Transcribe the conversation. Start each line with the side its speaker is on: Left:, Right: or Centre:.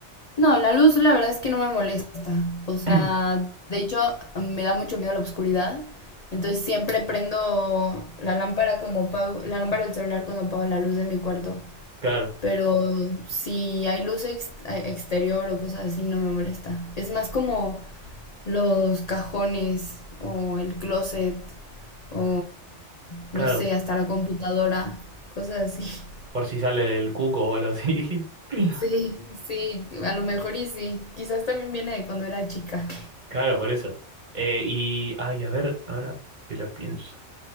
Left: No, la luz la verdad es que no me molesta. O sea,
Right: <clears throat>
Left: de hecho me da mucho miedo la oscuridad. Entonces siempre prendo la lámpara cuando apago, la lámpara del celular cuando apago la luz de mi cuarto.
Right: Claro.
Left: Pero si hay luz ex- exterior o cosas así, no me molesta. Es más como los cajones o el closet o
Right: Claro,
Left: no sé, hasta la computadora, cosas así. <laughs>
Right: por si sale del cuco o algo así. <laughs>
Left: Sí, sí, a lo mejor y sí. Quizás también viene de cuando era chica.
Right: Claro, por eso. Eh, y, ay, a ver, ahora que lo pienso.